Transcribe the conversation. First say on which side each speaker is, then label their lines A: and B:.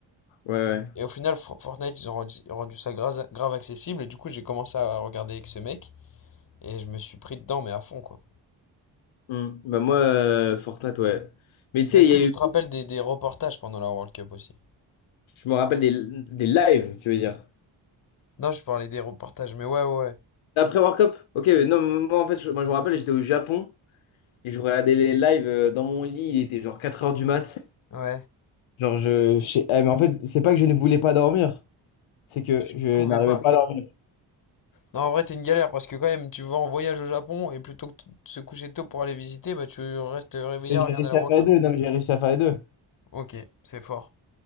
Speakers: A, on the left; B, on the left.
A: Ouais, ouais.
B: Et au final, For- Fortnite, ils ont rendu, rendu ça grave, grave accessible. Et du coup, j'ai commencé à regarder avec ce mec. Et je me suis pris dedans, mais à fond, quoi.
A: Hmm. Bah moi, euh, Fortnite, ouais. Mais tu
B: Mais
A: sais,
B: est-ce
A: il
B: que
A: y a
B: tu
A: eu.
B: te rappelles des, des reportages pendant la World Cup aussi?
A: Je me rappelle des, des lives, tu veux dire.
B: Non, je parlais des reportages, mais ouais, ouais,
A: Après World Cup? Ok, mais non, moi en fait, je, moi, je me rappelle, j'étais au Japon et je regardais les lives euh, dans mon lit, il était genre quatre heures du mat.
B: ouais. Ouais.
A: Genre, je, je sais- eh, mais en fait, c'est pas que je ne voulais pas dormir, c'est que
B: C'est que tu ne
A: je
B: pouvais
A: n'arrivais
B: pas.
A: pas à dormir.
B: Non, en vrai, t'es une galère parce que quand même, tu vas en voyage au Japon et plutôt que de se coucher tôt pour aller visiter, bah tu restes réveillé
A: Mais
B: à regarder
A: J'ai réussi
B: la World
A: à faire
B: Cup.
A: les deux, non, mais j'ai réussi à faire les deux.
B: Ok, c'est fort.